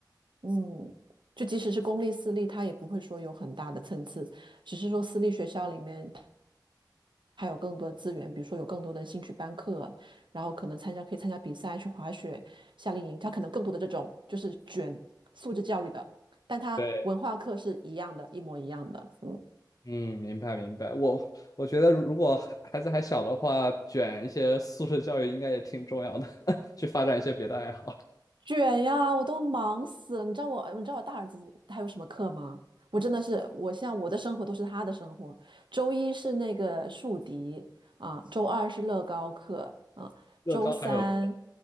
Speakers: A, on the right; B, on the left.
A: 嗯，就即使是公立私立，他也不会说有很大的参差，只是说私立学校里面。还有更多的资源，比如说有更多的兴趣班课，然后可能参加可以参加比赛，去滑雪、夏令营，他可能更多的这种就是卷素质教育的，但他文化课是一样的，
B: 对，
A: 一模一样的。嗯。
B: 嗯，明白明白。我我觉得如如果孩孩子还小的话，卷一些素质教育应该也挺重要的，<laughs> 去发展一些别的爱好。
A: 卷呀，我都忙死了。你知道我，你知道我大儿子他有什么课吗？我真的是，我现在我的生活都是他的生活。周一是那个竖笛啊，周二是乐高课啊，
B: 乐高还有，
A: 周三